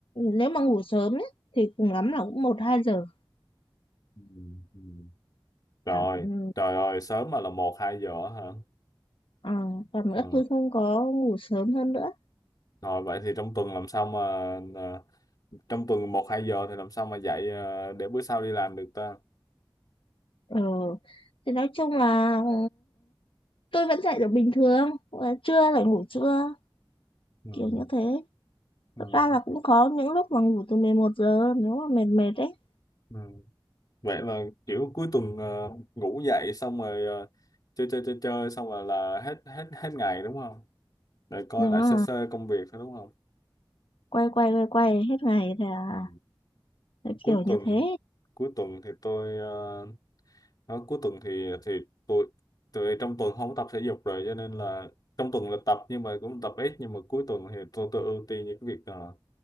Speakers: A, on the left; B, on the left.
A: nếu mà ngủ sớm ấy thì cùng lắm là cũng một hai giờ
B: ừ, ừ. Rồi,
A: ừ.
B: trời ơi, sớm mà là một hai giờ hả?
A: à, còn nữa
B: Ừ.
A: tôi không có ngủ sớm hơn nữa
B: Rồi vậy thì trong tuần làm sao mà à, trong tuần một hai giờ thì làm sao mà dạy ờ, để bữa sau đi làm được ta
A: ờ thì nói chung là ừ, tôi vẫn dậy được bình thường và trưa lại ngủ trưa
B: ừ.
A: kiểu như thế
B: Ừ.
A: thật ra là cũng có những lúc mà ngủ từ 11 giờ nếu mà mệt mệt ấy
B: Ừ. vậy là kiểu cuối tuần ờ, ngủ dậy xong rồi ờ, chơi chơi chơi chơi xong rồi là hết hết hết ngày đúng không để coi
A: đừng
B: lại
A: à
B: sơ sơ công việc thôi đúng không
A: quay quay quay quay hết ngày thì à
B: ừ.
A: thế
B: cuối
A: kiểu như
B: tuần
A: thế
B: cuối tuần thì tôi ờ, đó, cuối tuần thì thì tôi tôi trong tuần không có tập thể dục rồi cho nên là trong tuần là tập nhưng mà cũng tập ít nhưng mà cuối tuần thì tôi tôi ưu tiên những cái việc ờ,